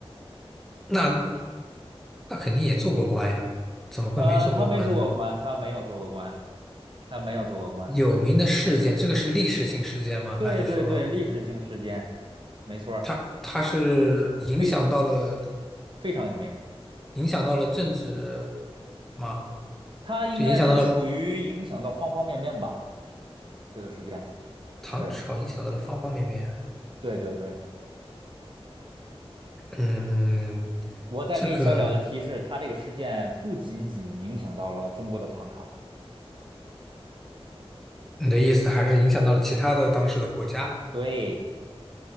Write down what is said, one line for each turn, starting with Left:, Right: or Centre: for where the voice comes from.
Centre: 那那肯定也做过官呀，怎么会没做过官呢？
Right: 呃，他没做过官，他没有做过官，他没有做过官。
Centre: 有名的事件，这个是历史性事件吗？
Right: 对对对，
Centre: 还是说
Right: 历史性事件，没错儿，
Centre: 他他是影响到了
Right: 非非常有名。
Centre: 影响到了政治吗？
Right: 他应该是属于影响到方方面面吧，
Centre: 就影响到了
Right: 这个事件。
Centre: 唐朝，
Right: 对
Centre: 影响到了方方面面。
Right: 对对对，
Centre: 嗯，
Right: 我再给你小小的提示，
Centre: 这个
Right: 他这个事件不仅仅影响到了中国的唐朝。
Centre: 你的意思还是影响到了其他的当时的国家
Right: 对